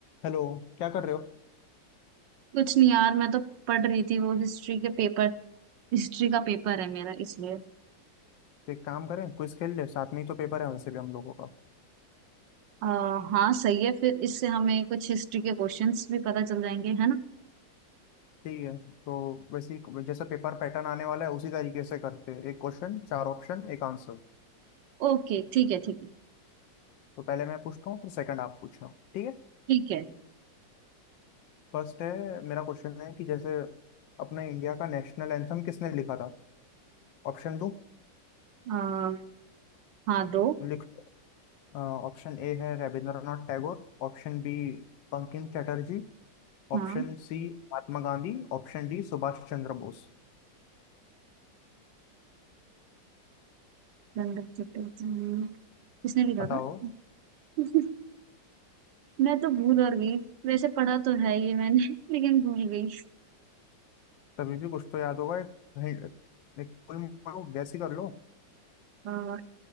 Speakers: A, on the left; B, on the right.
A: Hello क्या कर रहे हो तो
B: कुछ नहीं यार मैं तो पढ़ रही थी वो हिस्ट्री के पेपर हिस्ट्री का पेपर है मेरा इसलिए
A: एक काम करें क्विज खेल ले साथ में ही तो पेपर है वैसे भी हम लोगों का
B: आ, हाँ सही है फिर इससे हमें कुछ हिस्ट्री के क्वेश्चंस भी पता चल जाएंगे है ना
A: ठीक है तो वैसे ही जैसा पेपर पैटर्न आने वाला है उसी तरीके से करते हैं एक क्वेश्चन चार ऑप्शन एक आंसर
B: ओके ठीक है ठीक है
A: तो पहले मैं पूछता हूँ फिर सेकंड आप पूछना ठीक है
B: ठीक है
A: फर्स्ट है मेरा क्वेश्चन है कि जैसे अपने इंडिया का नेशनल एंथम किसने लिखा था ऑप्शन दो
B: आ, हाँ दो
A: लिख ऑप्शन ए है रविंद्रनाथ टैगोर option B बंकिम चटर्जी
B: हाँ
A: option C महात्मा गांधी option D सुभाष चंद्र बोस
B: गंगा चटर्जी किसने लिखा
A: बताओ
B: था <laughs> मैं तो भूल और गई वैसे पढ़ा तो है ये मैंने <laughs> लेकिन भूल गई
A: तभी भी कुछ तो याद होगा एक हिंट- एक कोई मानो गैस ही कर लो
B: आ,